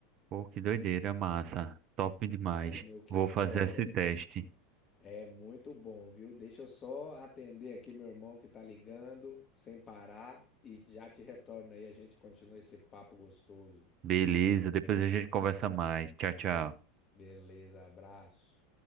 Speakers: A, on the right; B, on the left.
A: pô, que doideira, massa. Top demais.
B: né, meu querido?
A: Vou fazer
B: Olha,
A: esse teste.
B: É muito bom, viu? Deixa eu só atender aqui meu irmão que tá ligando, sem parar, e já te retorno aí, a gente continua esse papo gostoso.
A: Beleza, depois a gente conversa mais. Tchau, tchau.
B: Beleza, abraço.